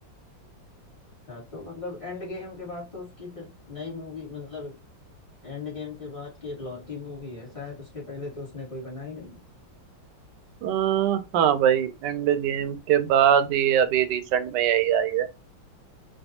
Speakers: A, on the left; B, on the right.
A: अच्छा, तो मतलब एंड गेम के बाद तो उसकी फिर नई मूवी मतलब एंड गेम के बाद की इकलौती मूवी है शायद उसके पहले तो उसने कोई बनाई नहीं
B: आ, हाँ भाई एंड गेम के बाद ये अभी रिसेंट में यही आई है